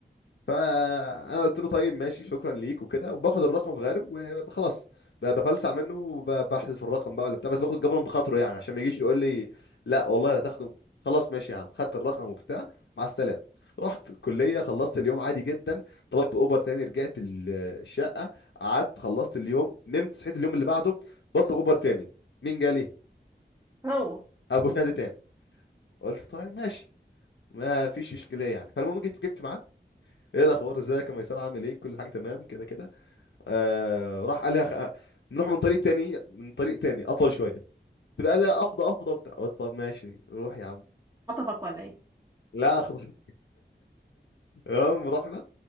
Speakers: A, on the left; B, on the right.
A: فانا قلت له طيب ماشي شكرا ليك وكده وباخد الرقم في غارب وخلاص ب- بفلسع منه وبحذف الرقم بقى ولا بتاع بس باخد جبرا بخاطره يعني عشان ما يجيش يقول لي لا والله لا تاخده خلاص ماشي يا عم خدت الرقم وبتاع مع السلامه رحت الكليه خلصت اليوم عادي جدا طلبت اوبر تاني رجعت ال- الشقه قعدت خلصت اليوم نمت صحيت اليوم اللي بعده بطلب اوبر تاني مين جالي
B: هو
A: ابو شهد تاني قلت طيب ماشي ما فيش اشكاليه يعني فالمهم جيت ركبت معاه ايه الاخبار ازيك يا ميسان عامل ايه كل حاجه تمام كده كده آه راح قال لي خ... نروح من طريق تاني من طريق تاني اطول شويه قلت له قال لا افضى افضى بتاع قلت طب ماشي روح يا عم
B: وخطفك ولا إيه؟
A: لا اخضر <laughs> المهم رحنا